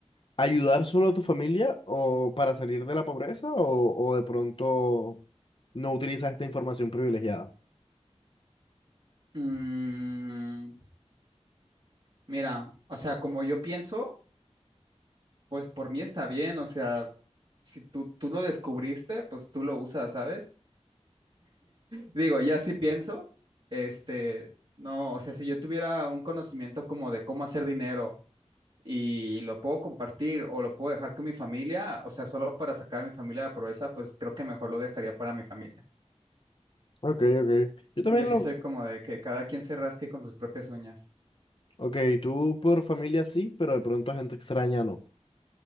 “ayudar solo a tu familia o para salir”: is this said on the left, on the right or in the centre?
Left